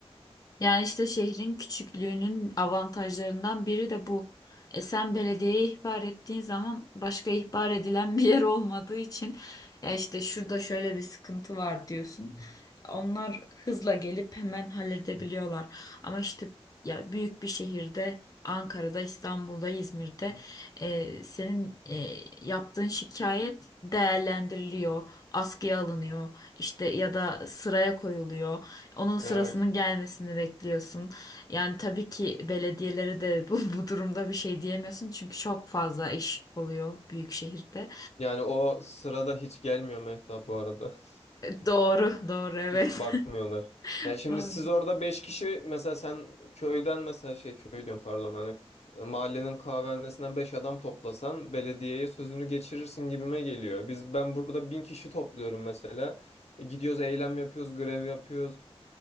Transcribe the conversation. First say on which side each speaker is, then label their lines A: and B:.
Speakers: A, on the left; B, on the left.
A: Yani işte şehrin küçüklüğünün avantajlarından biri de bu. E sen belediyeye ihbar ettiğin zaman başka ihbar edilen <laughs> bir yer olmadığı için ya işte şurada şöyle bir sıkıntı var diyorsun. Onlar hızla gelip hemen halledebiliyorlar. Ama işte ya büyük bir şehirde Ankara'da, İstanbul'da, İzmir'de e, senin e, yaptığın şikayet değerlendiriliyor, askıya alınıyor, işte ya da sıraya koyuluyor. Onun sırasının
B: Evet.
A: gelmesini bekliyorsun. Yani tabii ki belediyelere de bu, <laughs> bu durumda bir şey diyemiyorsun çünkü çok fazla iş oluyor büyük şehirde.
B: Yani o sırada hiç gelmiyor Mehtap bu arada. <laughs>
A: <laughs> Doğru, doğru evet.
B: Hiç bakmıyorlar.
A: <laughs>
B: Yani şimdi
A: Doğru.
B: siz orada 5 kişi mesela sen köyden mesela şey köy diyorum pardon hani e, mahallenin kahvehanesinden 5 adam toplasan belediyeye sözünü geçirirsin gibime geliyor. Biz ben burada 1000 kişi topluyorum mesela. E, gidiyoruz eylem yapıyoruz, grev yapıyoruz.